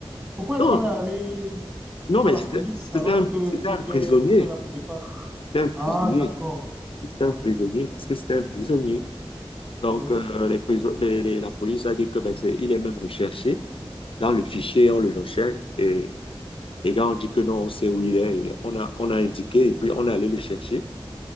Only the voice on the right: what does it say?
Pourquoi
est-ce qu'on est allé
voir
la
police
alors
qu'il
était
plutôt là pour défendre?
Ah, d'accord,
oui,
oui,